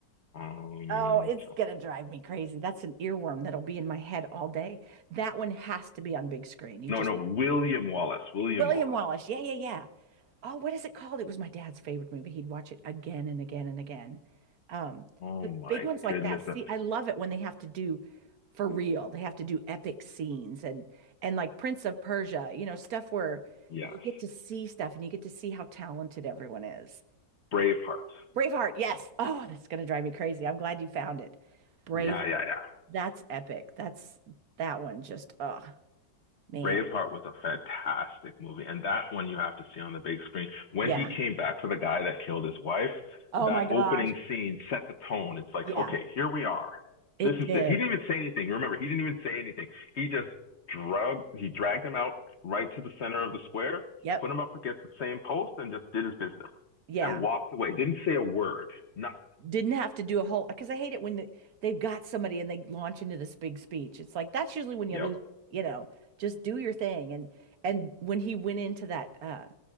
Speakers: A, on the left; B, on the right.
A: Um,
B: Oh, it's gonna drive me crazy. That's an earworm that'll be in my head all day. That one has to be on big screen. You
A: no,
B: just
A: no, William Wallace. William
B: William
A: Wallace.
B: Wallace. Yeah, yeah, yeah. oh, what is it called? It was my dad's favorite movie. He'd watch it again and again and again. Um,
A: Oh
B: the
A: my
B: big ones like
A: goodness,
B: that. See,
A: that's
B: I love it when they have to do for real. They have to do epic scenes and and like Prince of Persia, you know, stuff where
A: yes,
B: you get to see stuff and you get to see how talented everyone is.
A: Braveheart.
B: Braveheart, yes. Oh, that's gonna drive me crazy. I'm glad you found it. Brave,
A: Yeah, yeah, yeah.
B: that's epic. That's that one just oh man.
A: Braveheart was a fantastic movie, and that one you have to see on the big screen. When
B: Yeah.
A: he came back for the guy that killed his wife,
B: Oh
A: that
B: my gosh.
A: opening scene set the tone. It's like,
B: Yeah,
A: okay, here we are.
B: it
A: This is
B: did.
A: it. He didn't even say anything. Remember, he didn't even say anything. He just drug he dragged him out right to the center of the square,
B: Yep.
A: put him up against the same post, and just did his business
B: Yeah.
A: and walked away. Didn't say a word. Nothing.
B: didn't have to do a whole because I hate it when the, they've got somebody and they launch into this big speech. It's like that's usually when
A: Yep.
B: you lose, you know, just do your thing. And and when he went into that uh